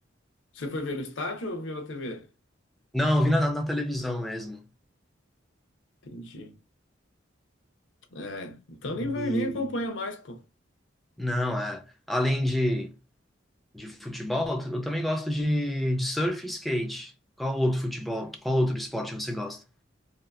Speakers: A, on the left; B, in the centre.
A: Você foi ver no estádio ou viu na TV?
B: Não, eu vi na, na televisão mesmo.
A: Entendi. É, então
B: E
A: nem vai, nem acompanha mais, pô.
B: não, é. Além de, de futebol, eu também gosto de, de surf e skate. Qual outro futebol, qual outro esporte você gosta?